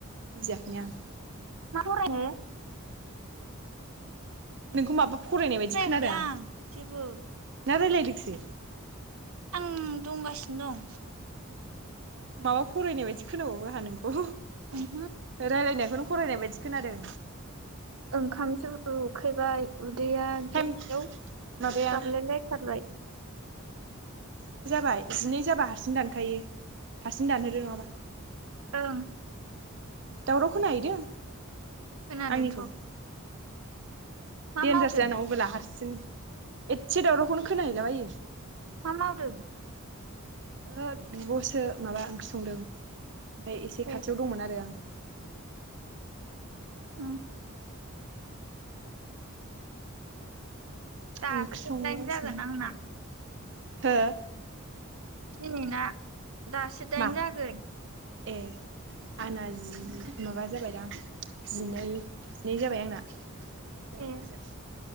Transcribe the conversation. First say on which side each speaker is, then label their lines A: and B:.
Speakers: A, on the right (about 55°); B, on the right (about 85°).
A: बुजियाखैनो आं।
B: <unintelligible>
A: नोंखौ माबा फरायनाय बायदि
B: फरायाखै
A: खोनादों आ
B: आं जेबो
A: ना रायलायदों से
B: आं दंगासिनो दं
A: माबा फरायनाय बायदि खोनाबावो आंहा नोंखौ
B: ओमहो।
A: रायलायनाय <unintelligible> फरायनाय बायदि खोनादों
B: ओंखामसो उखैबाय उदैया
A: टाइम
B: गेव
A: माबाया
B: गाबलाय लायथारबाय
A: बाय जिनै जाबा हारसिं दानखायो हारसिं दानहोदो नङाबा
B: ओं
A: दावराव खोनाहैदों?
B: खोनादोंथ'
A: आंनिखौ
B: मा
A: देनजारसो
B: मावदों
A: आंना मबेला हारसिं एदसे दावरावखौनो खोना हैैला बायो।
B: मा मावदों?
A: ओ बिब'सो माबा ओंख्रि संदों ओमफाय एसे
B: ए
A: खाथियाव दंमोन आरो आं।
B: उम दासो
A: ओंख्रि संगासिनो
B: दाइन जागोन आंना
A: हो?
B: फुंनि ना दासो दाइन
A: मा
B: जागोन
A: ए आंना जि माबा जाबायदां जिनै जिनै जाबाय आंना दं
B: ए
A: नायजाब